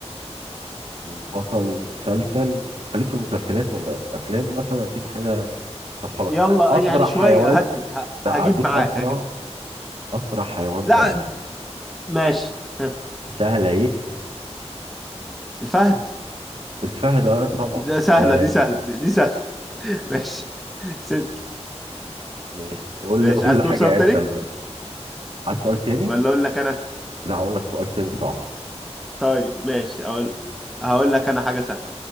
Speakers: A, on the right; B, in the centre.
A: بطل مسلسل خليك في المسلسلات ولا في الافلام مثلا اديك حاجه طب خلاص
B: يلا
A: اسرع
B: يعني شويه
A: حيوان
B: هدي ه- هجيب
A: لا هديك
B: معاك
A: اسرع
B: هجيب
A: اسرع حيوان
B: لا
A: بري
B: ماشي <laughs> ها،
A: سهله ايه
B: الفهد
A: الفهد اه طبعا
B: ده سهله
A: آه
B: دي سهله دي, دي سهله <laughs> ماشي ست
A: ماشي قول
B: ماشي
A: لي قول
B: عايز
A: لي
B: تقول
A: حاجه
B: سؤال تاني
A: اسهل بقى عايز سؤال تاني
B: ولا اقول لك انا
A: لا هقول لك سؤال تاني صعب
B: طيب ماشي اقول هقول لك انا حاجه سهله